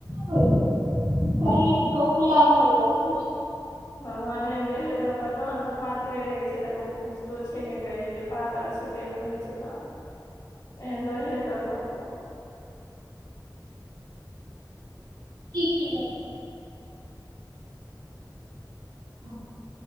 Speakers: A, on the right (about 80°); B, on the left (about 65°).
A: होइ छै शरीर
B: की
A: खोखला भऽ जाइ छै न
B: भगवान एहन देहे दऽ कऽ तहन तऽ पात्रे रहैत छै तऽ लोक बुझितो छै न गए जे पातर छै देह मे नहि छै दम <inaudible> एहन दहे दऽ कऽ कोन
A: की खेलों <unintelligible>